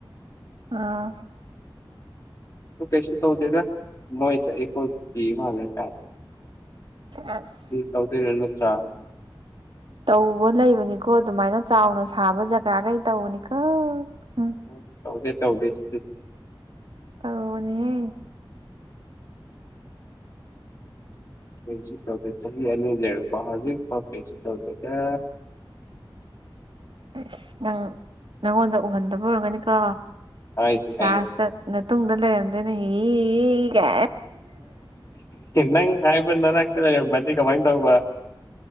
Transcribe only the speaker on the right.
ꯑꯥ
ꯆꯁ
ꯇꯧꯕ ꯂꯩꯕꯅꯤꯀꯣ ꯑꯗꯨꯃꯥꯏꯅ ꯆꯥꯎꯅ ꯁꯥꯕ ꯖꯒꯥꯈꯩ ꯇꯧꯕꯅꯤꯀꯣ ꯎꯝ
ꯇꯧꯅꯦ
ꯑꯁ ꯅꯪ ꯅꯪꯉꯣꯟꯗ ꯎꯍꯟꯗꯕ ꯑꯣꯏꯔꯝꯒꯅꯤꯀꯣ
ꯂꯥꯁꯇ ꯃꯇꯨꯡꯗ ꯂꯩꯔꯝꯗꯣꯏꯅꯦ ꯍꯤꯒꯦ